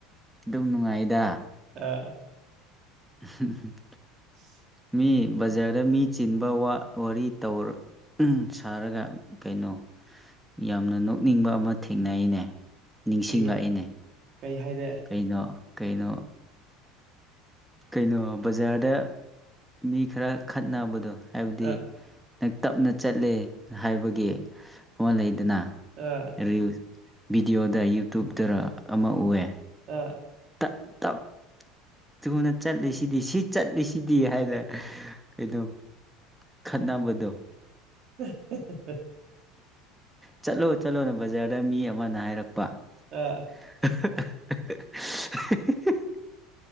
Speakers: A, in the centre; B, on the right (about 50°).
A: ꯑꯗꯨꯝ ꯅꯨꯡꯉꯥꯏꯗ
B: ꯑꯥ
A: ꯎꯝ
B: <unintelligible>
A: ꯃꯤ ꯕꯖꯥꯔꯗ ꯃꯤ ꯆꯤꯟꯕ ꯋꯥꯔꯤ ꯇꯧꯔ ꯁꯥꯔꯒ ꯀꯩꯅꯣ ꯌꯥꯝꯅ ꯅꯣꯛꯅꯤꯡꯕ ꯑꯃ ꯊꯦꯡꯅꯩꯅꯦ ꯅꯤꯡꯁꯤꯡꯂꯛꯏꯅꯦ
B: ꯍꯣꯏꯌꯦ ꯀꯩ ꯍꯥꯏꯔꯦ
A: ꯀꯩꯅꯣ ꯀꯩꯅꯣ ꯀꯩꯅꯣ ꯕꯖꯥꯔꯗ ꯃꯤ ꯈꯔ ꯈꯠꯅꯕꯗꯣ ꯍꯥꯏꯕꯗꯤ
B: ꯑꯥ
A: ꯅꯪ ꯇꯞꯅ ꯆꯠꯂꯦ ꯍꯥꯏꯕꯒꯤ ꯑꯃ ꯂꯩꯗꯅ
B: ꯑꯥ
A: ꯔꯤꯜ ꯚꯤꯗꯤꯑꯣꯗ ꯌꯨꯇꯨꯕꯇ ꯑꯃ ꯎꯑ
B: ꯑꯥ
A: ꯇꯞ ꯊꯨꯅ ꯆꯠꯂꯤꯁꯤꯗꯤ ꯁꯤ ꯆꯠꯂꯤꯁꯤꯗꯤ ꯍꯥꯏꯅ ꯀꯩꯗꯧꯕ ꯈꯠꯅꯕꯗꯣ
B: <unintelligible>
A: ꯆꯠꯂꯣ ꯆꯠꯂꯣꯅ ꯕꯖꯥꯔꯗ ꯃꯤ ꯑꯃꯅ ꯍꯥꯏꯔꯛꯄ
B: ꯑ
A: <unintelligible>